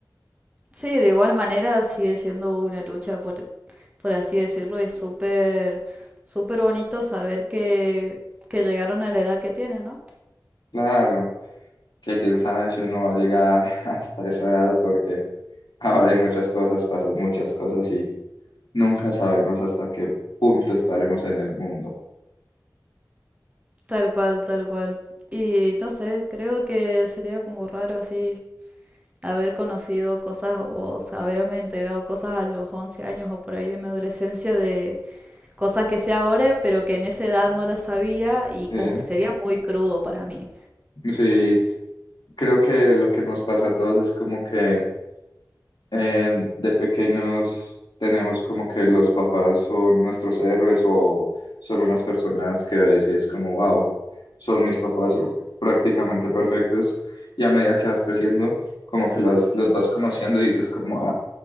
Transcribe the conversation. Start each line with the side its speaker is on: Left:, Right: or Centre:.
Right: Sí, de igual manera sigue siendo una lucha, por, por así decirlo, es súper, súper bonito saber que, que llegaron a la edad que tienen, ¿no?
Left: Claro. que quién sabe si uno va a llegar <laughs> hasta esa edad, porque ahora hay muchas cosas, pasan muchas cosas y nunca sabemos hasta qué punto estaremos en el mundo.
Right: Tal cual, tal cual. Y no sé, creo que sería como raro así haber conocido cosas o haberme entregado cosas a los 11 años o por ahí de mi adolescencia de Cosas que sé ahora, pero que en esa edad no las sabía y como
Left: Eh,
Right: que sería muy crudo para mí.
Left: sí, creo que lo que nos pasa a todos es como que eh, de pequeños tenemos como que los papás son nuestros héroes o son unas personas que ves y es como, wow, son mis papás o prácticamente perfectos. Y a medida que vas creciendo, como que los, los vas conociendo y dices como, ah,